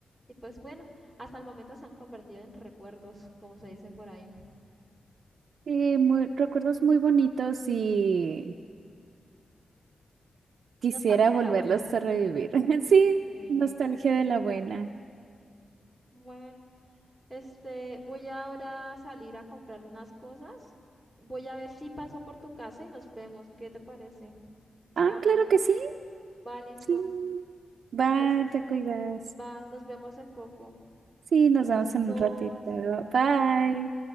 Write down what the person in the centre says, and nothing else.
y pues bueno, hasta el momento se han convertido en recuerdos, como se dicen por ahí.
Nostalgia de
la buena.
Sí,
bueno. Este, voy ahora a salir a comprar unas cosas. Voy a ver si paso por tu casa y nos vemos. ¿Qué te parece? O
sea, voy.
Va, listo.
Entonces,
va, nos vemos en poco.
Besitos.